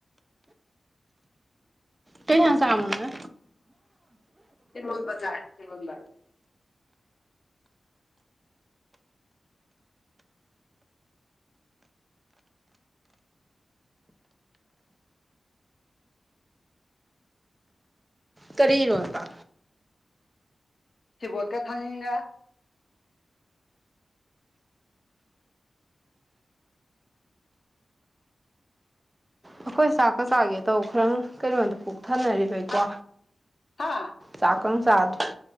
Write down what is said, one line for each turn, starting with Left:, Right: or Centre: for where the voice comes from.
Right: ꯀꯩ ꯏꯟꯖꯥꯡ ꯆꯕꯅꫭ ꯅꯪꯅ
Left: ꯏꯔꫭꯜꯕ ꯆꯥꯏ ꯏꯔꫭꯜꯕ
Right: ꯀꯔꯤ ꯏꯔꫭꯟꯕ
Left: ꯁꯤꯕꯣꯠꯀ ꯊꯥꯡꯖꯤꯡꯒ
Right: ꯑꯩꯈꯣꯏ ꯆꯥꯛꯀ ꯆꯥꯒꯦ ꯇꯧ ꯈꯔ ꯀꯩꯅꯣꯗ ꯄꯨꯛꯊꯟꯅꯔꯤꯕꯩꯀꯣ
Left: ꯍꯥ ꯍꯥ
Right: ꯆꯥꯛꯀ ꯆꯥꯗꯔꯤ